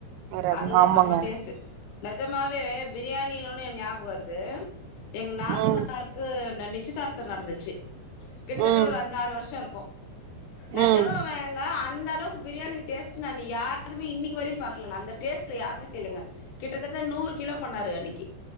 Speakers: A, on the right; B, on the left.
A: வராது
B: அதுதா
A: ஆமாங்க
B: செம டேஸ்ட்டு நெஜமாவே பிரியாணினோன ஞாபகம் வருது எங்க நாத்தனார்
A: ம்
B: க்கு நிச்சயதார்த்தம் நடந்துச்சு கிட்டத்தட்ட
A: ம்
B: ஒரு அஞ்சாறு வருஷோ இருக்கும் நெஜமா
A: ம்
B: வேங்க அந்த அளவுக்கு பிரியாணி டேஸ்ட் நானு யார்ரு அதுவுமே இன்னைக்கு வரையும் பாக்கலங்க அந்த டேஸ்ட் யாருமே செய்யலங்க கிட்டத்தட்ட நூறு கிலோ பண்ணாரு அன்னைக்கு